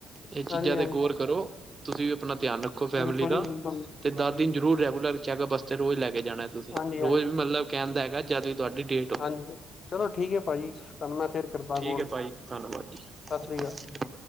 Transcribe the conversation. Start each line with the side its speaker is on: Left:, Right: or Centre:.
Right: ਇਹ ਚੀਜ਼ਾਂ
Left: ਹਾਂਜੀ
Right: ਤੇ
Left: ਹਾਂਜੀ
Right: ਗੌਰ ਕਰੋ ਤੁਸੀਂ ਵੀ ਆਪਣਾ ਧਿਆਨ ਰੱਖੋ। ਫੈਮਲੀ
Left: ਬਿਲਕੁਲ
Right: ਦਾ
Left: ਜੀ ਬਿਲਕੁਲ
Right: ਤੇ
Left: ਹਾਂਜੀ
Right: ਦੱਸ ਦਿਨ ਜਰੂਰ ਰੈਗੂਲਰ ਚੈੱਕਅਪ ਵਸਤੇ ਰੋਜ਼ ਲੈ ਕੇ ਜਾਣਾ ਤੁਸੀਂ
Left: ਹਾਂਜੀ
Right: ਰੋਜ਼ ਵੀ ਮਤਲਬ ਕਹਿੰਦਾ ਹੈਗਾ ਜਦ ਵੀ ਤੁਹਾਡੀ ਡੇਟ
Left: ਹਾਂਜੀ ਚਲੋ ਠੀਕ ਹੈ ਭਾਜੀ ਤੁਹਾਨੂੰ ਮੈਂ ਫੇਰ ਕਰਦਾ
Right: ਠੀਕ
Left: ਕੋਲ
Right: ਹੈ ਭਾਜੀ, ਧੰਨਵਾਦ ਜੀ।
Left: ਸਤਿ ਸ੍ਰੀ ਅਕਾਲ